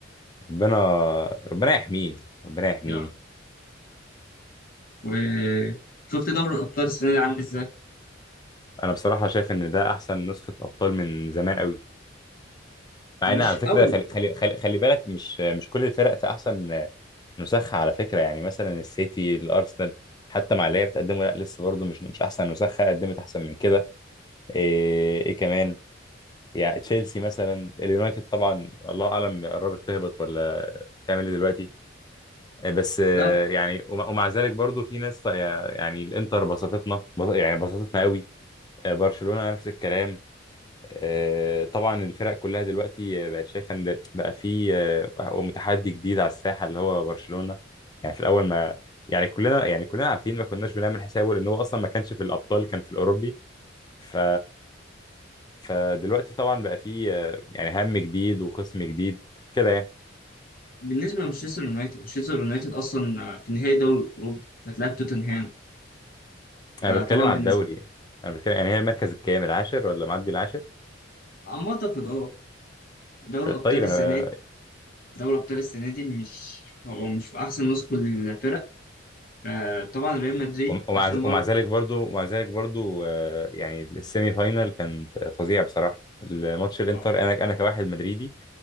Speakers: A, on the left; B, on the left.
A: ربنا ربنا يحميه ربنا يحميه
B: يعني وشفت دوري الأبطال السنة دي عامل إزاي؟
A: انا بصراحه شايف ان ده احسن نسخه ابطال من زمان قوي مع
B: مش
A: ان على فكره
B: قوي
A: خلي خلي خلي, خلي بالك مش مش كل الفرق في احسن نسخه على فكره يعني مثلا السيتي الارسنال حتى مع اللي هي بتقدمه لا لسه برضه مش مش احسن نسخه قدمت احسن من كده ايه, إيه كمان يعني تشيلسي مثلا اليونايتد طبعا الله اعلم قربت تهبط ولا تعمل ايه دلوقتي إيه بس آه،
B: لا
A: يعني ومع ومع ذلك برضو في ناس طا- يعني الانتر بسطتنا بس- يعني بسطتنا قوي آه، برشلونة نفس الكلام آه، طبعا الفرق كلها دلوقتي آه، بقت شايفه ان بقى في آه، متحدي جديد على الساحه اللي هو برشلونه يعني في الاول ما يعني كلنا يعني كلنا عارفين ما كناش بنعمل حسابه لان هو اصلا ما كانش في الابطال كان في الاوروبي ف فدلوقتي طبعا بقى في آه، يعني هم جديد وخصم جديد كده يعني
B: بالنسبة لمانشستر يونايتد مانشستر يونايتد أصلا في نهائي دوري الأوروبي هتلاعب توتنهام ده
A: انا بتكلم
B: طبعا
A: على
B: بالنسبة
A: الدوري يعني انا بتكلم يعني هي المركز الكام العاشر ولا معدي العاشر
B: أما أعتقد أه دوري
A: فطيب
B: الأبطال
A: انا
B: السنة دي دوري الأبطال السنة دي مش هو مش في أحسن نسخة للفرق آه، طبعا ريال مدريد
A: ومع
B: آخر مرة
A: ومع ذلك برضو ومع ذلك برضو آه، يعني السيمي فاينال كان فظيع بصراحه الماتش الانتر
B: آه،
A: انا انا كواحد مدريدي